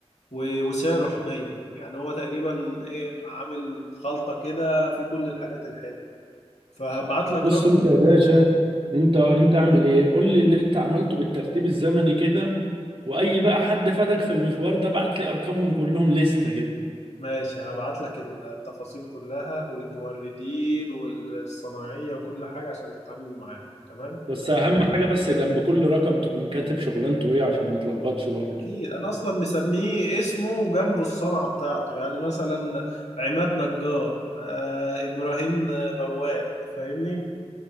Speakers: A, on the left; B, on the right.
A: و- وسعره حنين يعني هو تقريبا ايه عامل خلطة كده في كل الحاجات الحلوة فهبعت لك
B: بص
A: رقمه
B: انت يا باشا انت انت اعمل ايه قول لي اللي انت عملته بالترتيب الزمني كده واي بقى حد فادك في المشوار ده بعت لي ارقامهم كلهم لستة كده
A: ماشي هبعت لك التفاصيل كلها والموردين والصناعية وكل حاجة عشان تتعامل معاه تمام
B: بس اهم حاجة بس جنب كل رقم تكون كاتب شغلانته ايه عشان ما تلخبطش برضه
A: اكيد انا اصلا مسميه اسمه جنبه الصنعه بتاعته يعني مثلا عماد نجار آه ابراهيم بواب فاهمني